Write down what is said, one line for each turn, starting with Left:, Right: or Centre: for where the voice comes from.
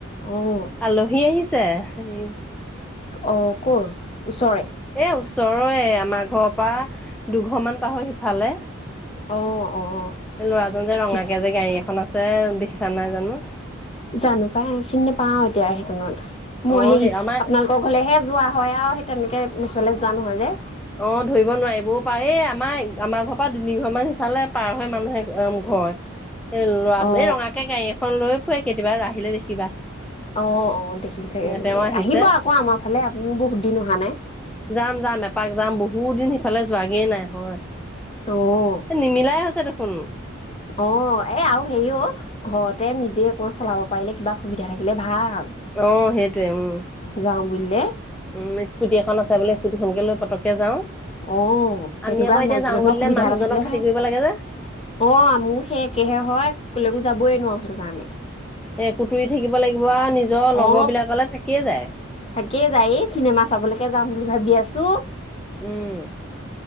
Left: অ',
Centre: আলহী আহিছে। এ'
Left: অ' ক'ৰ, ওচৰৰে?
Centre: এ' ওচৰৰে, আমাৰ ঘৰৰ পৰা দুঘৰমান পা'ৰ হৈ সিফালে।
Left: অ', অ',
Centre: ল'ৰাজন যে ৰঙাকে
Left: কি
Centre: যে গাড়ী এখন আছে দেখিছানে নাই জানো?
Left: জানো পাই, চিনি নাপাও এতিয়া সেইকনত, মই
Centre: অ
Left: হেৰি,
Centre: সেই আমাৰ
Left: আপোনালোকৰ ঘৰলেহে যোৱা হয় আৰু। তেনেকৈ সিফাললৈ যোৱা নহয় যে,
Centre: অ' ধৰিব নোৱাৰিবও পায় এই আমাৰ আমাৰ ঘৰৰ পৰা তিনিঘৰ মান সিফালে পাৰ হৈ মানুহে ঘৰ। এ' লৰাটো
Left: অ',
Centre: এই ৰঙাকে গাড়ী এখন লৈ ফুৰে, কেতিয়াবা আহিলে দেখিবা।
Left: অ' অ' দেখিম চাগে
Centre: তেওঁ
Left: গ'লে,
Centre: আহিছে
Left: আহিব আকৌ আমাৰ ফালে, আপুনিও বহুত দিন অহা নাই।
Centre: যাম যাম এপাক যাম বহুত দিন সিফালে যোৱাগে নাই হয়।
Left: অ'
Centre: নিমিলাই হৈছে দেখোন
Left: অ' এ আৰু হেৰি অ' ঘৰতে নিজে অকমান চলাব পাৰিলে কিবা সুবিধা থাকিলে ভাল।
Centre: অ' সেইটোৱে উম
Left: যাওঁ বুলিলে
Centre: উম স্কুটি এখন আছে বোলে স্কুটিখনকে লৈ পতকে যাওঁ।
Left: অ সেনেকুৱা
Centre: আমি আকৌ এতিয়া
Left: মাইকী
Centre: যাওঁ
Left: মানুহৰ
Centre: বুলিলে
Left: সুবিধা
Centre: মানুহজনক
Left: এটা থাকিলে
Centre: খাতি
Left: ভাল
Centre: কৰিব লাগে যে
Left: অ মোৰ সে একেহে হয়, কলেকো যাবই নোৱাৰো সেইটো কাৰণে।
Centre: এ কুতুৰি থাকিব লাগিব আৰু নিজৰ লগৰ
Left: অ
Centre: বিলাকলে থাকিয়ে যায়
Left: থাকেই যায় চিনেমা চাবলৈকে যাম বুলি ভাবি আছো চু
Centre: উম